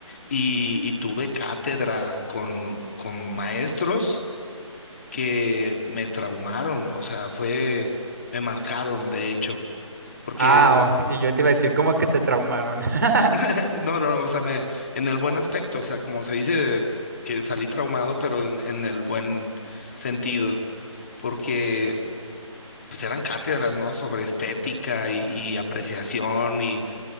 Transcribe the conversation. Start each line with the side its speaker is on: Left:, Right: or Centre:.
Left: y, y tuve cátedra con, con maestros que me traumaron, o sea, fue, me marcaron, de hecho, porque,
Right: Ah, oh, y yo te iba a decir, ¿cómo que te traumaron? <laughs>
Left: <laughs> no, no, o sea, me, en el buen aspecto, o sea, como se dice, que salí traumado, pero en en el buen sentido. porque pues eran cátedras, ¿no? Sobre estética y, y apreciación y,